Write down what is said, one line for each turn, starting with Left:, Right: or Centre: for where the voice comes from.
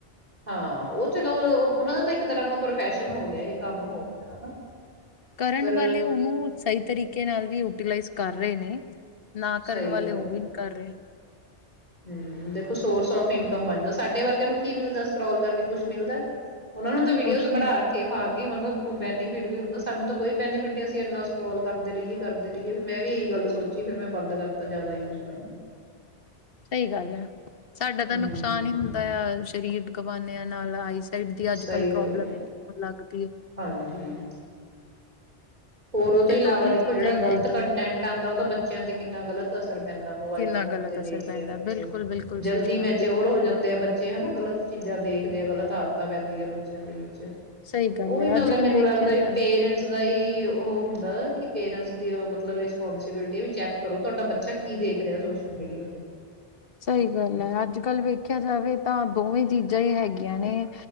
Right: ਹਾਂ ਉਹ ਚਲੋ ਉਹਨਾ ਦਾ ਤਾਂ ਇੱਕ ਤਰ੍ਹਾਂ ਦਾ ਪ੍ਰੋਫੈਸ਼ਨ ਹੋ ਗਿਆ ਇਹ ਕੰਮ ਹੋ ਗਿਆ ਹਨਾ।
Left: ਕਰਨ
Right: ਪਰ
Left: ਵਾਲੇ ਉਹਨੂੰ ਸਹੀ ਤਰੀਕੇ ਨਾਲ ਵੀ ਯੂਟੀਲਾਈਜ਼ ਕਰ ਰਹੇ ਨੇ ਨਾ ਕਰਨ
Right: ਸਹੀ
Left: ਵਾਲੇ
Right: ਗੱਲ
Left: ਉਹ
Right: ਹੈ
Left: ਵੀ ਨਹੀਂ ਕਰ ਰਹੇ
Right: ਹੂੰ ਦੇਖੋ ਸੋਰਸ ਆਫ ਇਨਕਮ ਬਣਦਾ ਸਾਡੇ ਵਰਗਿਆਂ ਨੂੰ ਕੀ ਮਿਲਦਾ ਸਕੋਲ ਕਰਕੇ ਕੁਛ ਮਿਲਦਾ ਉਹਨਾਂ ਨੂੰ ਤਾਂ ਵੀਡੀਓਜ਼
Left: ਕੁਛ ਵੀ
Right: ਬਣਾ
Left: ਨੀ,
Right: ਕੇੇ ਪਾ ਮਤਲਬ ਬੈਨੀਫਿਟ ਵੀ ਹੁੰਦਾ ਸਾਨੂੰ ਤਾਂ ਕੋਈ ਬੈਨੀਫਿਟ ਨਹੀਂ ਅਸੀਂ ਇਨਾ ਸਕੋਲ ਕਰਦੇ ਰਹੀਏ ਕਰਦੇ ਰਹੀਏ ਫ ਮੈਂ ਵੀ ਇਹੀ ਗੱਲ ਸੋਚੀ ਫਿਰ ਮੈਂ ਬੰਦ ਕਰਤਾ ਜ਼ਿਆਦਾ ਯੂਜ ਕਰਨਾ
Left: ਸਹੀ ਗੱਲ ਹੈ ਸਾਡਾ ਤਾਂ
Right: ਹੂੰ,
Left: ਨੁਕਸਾਨ ਹੀ ਹੁੰਦਾ ਆ ਸਰੀਰ ਗਵਾਨੇ ਨਾਲ ਆਈਸਾਈਟ ਦੀ ਅੱਜ
Right: ਸਹੀ
Left: ਕਲ ਪ੍ਰੋਬਲਮ
Right: ਗੱਲ ਹੈ
Left: ਇਨੀ ਹੋਣ ਲੱਗ ਪਈ
Right: ਹਾਂਜੀ। ਹੋਰ ਉਹ ਤੋਂ
Left: ਇਹ
Right: ਇਲਾਵਾ
Left: ਦੋਵੇਂ
Right: ਦੇਖੋ
Left: ਚੀਜ਼ਾਂ
Right: ਜਿਹੜਾ
Left: ਹੀ ਹੈਗੀਆਂ।
Right: ਗ਼ਲਤ ਕੰਟੈਂਟ ਆਉਂਦਾ ਉਹਦਾ ਬੱਚਿਆਂ ਤੇ ਕਿੰਨਾ ਗ਼ਲਤ ਅਸਰ ਪੈਂਦਾ ਮੋਬਾਈਲ
Left: ਕਿੰਨਾ
Right: ਫੋਨ
Left: ਗ਼ਲਤ
Right: ਤੇ ਦੇਖਦੇ
Left: ਅਸਰ ਪੈਂਦਾ,
Right: ਆ ਬੱਚੇ
Left: ਬਿਲਕੁਲ-ਬਿਲਕੁਲ
Right: ਜਲਦੀ
Left: ਸਹੀ ਗੱਲ
Right: ਮੈਚੌਰ
Left: ਹੈ,
Right: ਹੋ ਜਾਂਦੇ ਆ ਬੱਚੇ ਹਨਾ ਗ਼ਲਤ ਚੀਜ਼ਾਂ ਦੇਖਦੇ ਆ ਗ਼ਲਤ ਆਦਤਾਂ ਪੈਂਦੀਆਂ ਬੱਚਿਆਂ ਦੇ ਵਿੱਚ
Left: ਸਹੀ ਗੱਲ
Right: ਉਹ ਵੀ
Left: ਹੈ,
Right: ਮਤਲਬ
Left: ਅੱਜ
Right: ਮੈਨੂੰ
Left: ਕੱਲ ਵੇਖਿਆ
Right: ਲੱਗਦਾ ਵੀ
Left: ਜਾਵੇ
Right: ਪੇਰੈਂਟਸ ਦਾ ਹੀ <unintelligible> ਉਹ ਹੁੰਦਾ ਕਿ ਪੇਰੈਂਟਸ ਦੀ ਮਤਲਬ ਰਿਸਪੋਂਸੀਬਿਲਟੀ ਵੀ ਚੈੱਕ ਕਰੋ ਤੁਹਾਡਾ ਬੱਚਾ ਕੀ ਦੇਖ ਰਿਹਾ ਸੋਸ਼ਲ ਮੀਡੀਆ ਤੇ
Left: ਸਹੀ ਗੱਲ ਹੈ ਅੱਜ ਕੱਲ੍ਹ ਵੇਖਿਆ ਜਾਵੇ ਤਾਂ ਦੋਵੇਂ ਚੀਜ਼ਾਂ ਹੀ ਹੈਗੀਆਂ ਨੇ।